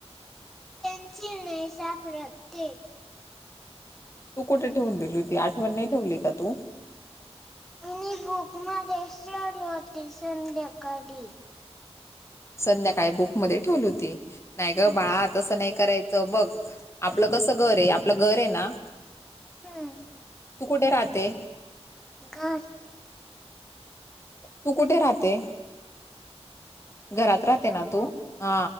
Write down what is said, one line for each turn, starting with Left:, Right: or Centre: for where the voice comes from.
Centre: नाही सापडत ते
Left: तू कुठे ठेवून दिली होती आठवण नाही ठेवली का तू
Centre: मिनी बुक मध्ये सोले होती संध्याकाळी
Left: संध्याकाळी बुकमध्येध्ये ठेवली होती नाही
Centre: हम्म
Left: ग बाळा तसं नाही करायचं बघ आपलं कसं घर आहे आपलं घर आहे ना
Centre: हम्म
Left: तू कुठे राहते
Centre: घर
Left: तू कुठे राहते घरात राहते ना तू हा